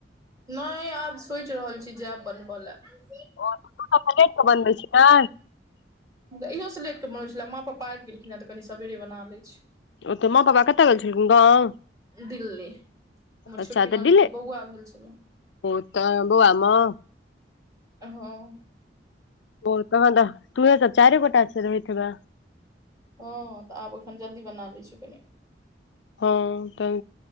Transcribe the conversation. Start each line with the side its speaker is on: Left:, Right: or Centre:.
Right: नहि आब सोचि रहल छी जायब बनबय लए
Left: ओ तु सब तो लेट स बनबै छी ने
Right: तऽ इहोसँ लेट कऽ बनै छलै माँ पापा आबि गेलखिन हँऽ कनि सबेरे बना लै
Left: ओते माँ पप्पा कत गेल चलखुन गांव
Right: दिल्ली हमर
Left: अच्छा
Right: छोटकी
Left: तऽ
Right: ननदिके
Left: दिल्ली
Right: बौआ भेल छलै
Left: ओ तऽ बौआ मे
Right: हँ
Left: ओ तहन तऽ तु हे त चारि गोटा स रहित हैबे
Right: हँ तऽ आब एखन जल्दी बना लै छी कनि
Left: हँ त